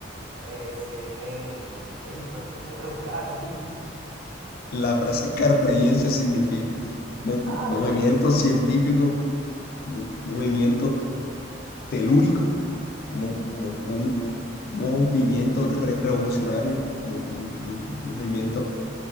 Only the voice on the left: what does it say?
La frase carpe diem se significa mo-
movimiento
científico, mo- movimiento telúrico, mo- mo- un movimiento re- revolucionario, mo- mo- mo- movimiento